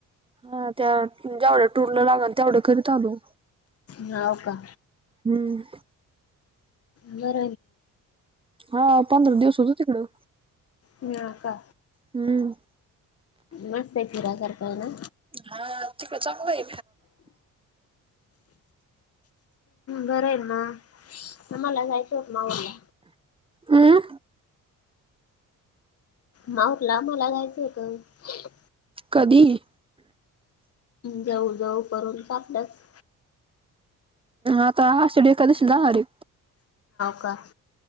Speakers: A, on the right (about 15°); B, on the left (about 45°).
A: हा त्या ज्यावढ्या टूरला लागल तेवढ्या कररीी चालू.
B: नव का.
A: हम्
B: मर.
A: हा पंधरा दिवस होतो तिकडं.
B: ह का.
A: हम्म.
B: नमस्तेतिरा करताव ना.
A: हा ते चां काय.
B: बरं आहे ना आम्हाला जायचं होत ना ोलला.
A: हम.
B: माऊरला मला जाायचं होत.
A: कधी,?
B: जाऊ जाऊ करून टपलंस.
A: आाता ह एखकादशी जाणारे.
B: का?